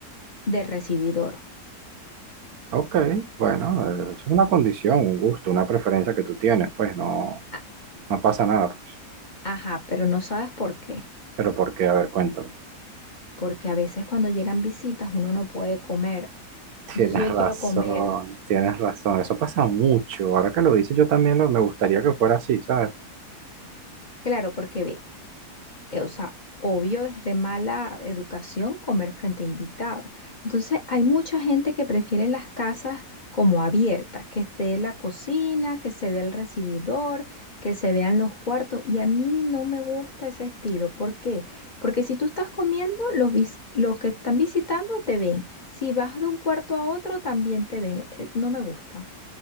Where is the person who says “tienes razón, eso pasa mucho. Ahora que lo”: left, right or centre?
Right